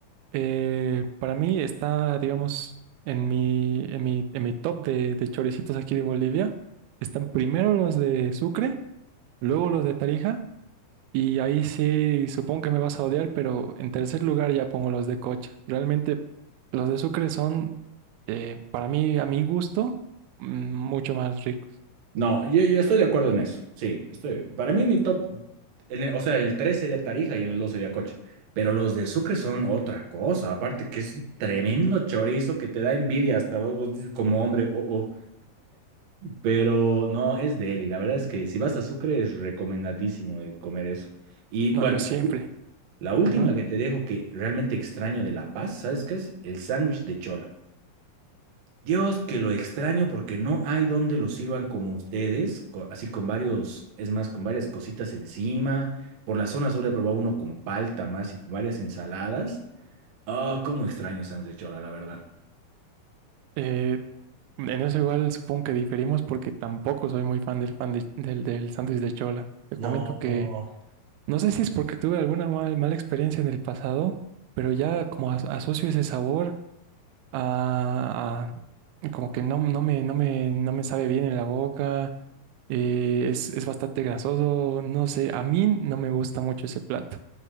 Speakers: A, on the right (about 85°); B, on the right (about 65°).
A: Eh, para mí está, digamos, en mi, en mi, en mi top de, de choricitos aquí de Bolivia. Están primero los de Sucre, luego los de Tarija. Y ahí sí, supongo que me vas a odiar, pero en tercer lugar ya pongo los de Cocha. Realmente los de Sucre son, eh, para mí, a mi gusto, mm, mucho más ricos.
B: No, yo, yo estoy de acuerdo en eso, sí, estoy. Para mí mi top, en el- o sea, el 3 sería Tarija y en el 2 sería Coche. Pero los de Sucre son otra cosa, aparte que es un tremendo chorizo que te da envidia hasta vos, vos dices como hombre, oh, oh. Pero no, es de él y la verdad es que si vas a Sucre es recomendadísimo eh, comer eso. Y
A: No,
B: bueno,
A: yo siempre.
B: La última
A: Ajá.
B: que te dejo que realmente extraño de La Paz, ¿sabes qué es? El sándwich de chola. Dios, que lo extraño porque no hay donde lo sirvan como ustedes, co- así con varios, es más, con varias cositas encima. Por la zona sur he probado uno con palta más y con varias ensaladas. Ah, cómo extraño el sándwich de chola, la verdad.
A: Eh, en eso igual supongo que diferimos porque tampoco soy muy fan del fan de- del, del sándwich de chola. Te
B: No.
A: comento que no sé si es porque tuve alguna mal- mala experiencia en el pasado, pero ya como as- asocio ese sabor a, a- como que no, no me, no me, no me sabe bien en la boca, eh, es, es bastante grasoso, no sé, a mí no me gusta mucho ese plato.